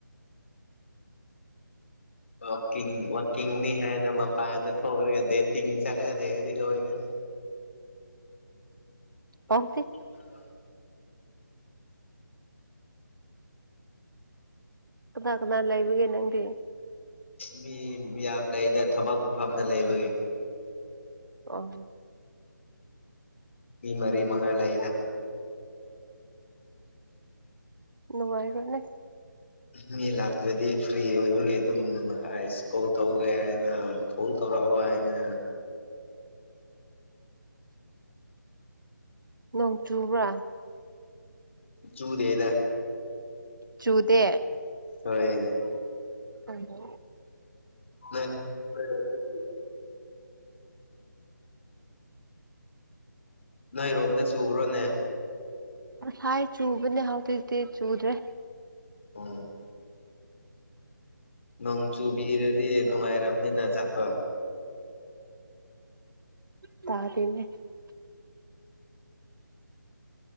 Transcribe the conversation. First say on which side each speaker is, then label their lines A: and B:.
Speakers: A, on the left; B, on the right.
A: ꯋꯥꯛꯀꯤꯡ ꯋꯥꯛꯀꯤꯡꯅꯤ ꯍꯥꯏꯅ ꯃꯄꯥꯟꯗꯥ ꯊꯣꯛꯔꯒꯥ ꯗꯦꯇꯤꯡ ꯆꯠꯂꯒꯥ ꯂꯩꯔꯗꯤ ꯂꯣꯏꯔꯦ
B: ꯄꯥꯎꯗꯦ
A: <inaudible>
B: ꯀꯅꯥ ꯀꯅꯥ ꯂꯩꯕꯒꯦ ꯅꯪꯗꯤ
A: ꯃꯤ ꯃꯌꯥꯝ ꯂꯩꯅ ꯊꯕꯛ ꯃꯐꯝꯗ ꯂꯩꯕꯒꯤ
B: ꯑꯣ
A: ꯃꯤ ꯃꯔꯤ ꯃꯉꯥ ꯂꯩꯗ
B: ꯅꯨꯡꯉꯥꯏꯔꯣꯅꯦ
A: ꯃꯤ ꯂꯥꯛꯇ꯭ꯔꯗꯤ ꯐ꯭ꯔꯤ ꯑꯣꯏꯕꯒꯤ ꯑꯗꯨꯝꯥꯏꯁ ꯀꯣꯜ ꯇꯧꯒꯦ ꯍꯥꯏꯅ ꯐꯣꯜ ꯇꯧꯔꯛꯑꯣ ꯍꯥꯏꯅ
B: ꯅꯣꯡ ꯆꯨꯕ꯭ꯔꯥ
A: ꯆꯨꯗꯦꯗ
B: ꯆꯨꯗꯦ
A: ꯍꯣꯏ
B: ꯀꯣ
A: ꯎ ꯅꯣꯏꯔꯣꯝꯗ ꯆꯨꯕ꯭ꯔꯣꯅꯦ
B: ꯉꯁꯥꯏ ꯆꯨꯕꯅꯦ ꯍꯧꯗꯤꯗꯤ ꯆꯨꯗ꯭ꯔꯦ
A: ꯍ ꯅꯣꯡ ꯆꯨꯕꯤꯔꯗꯤ ꯅꯨꯡꯉꯥꯏꯔꯔꯕꯅꯤꯅ ꯆꯠꯄ
B: ꯇꯥ ꯇꯅꯦ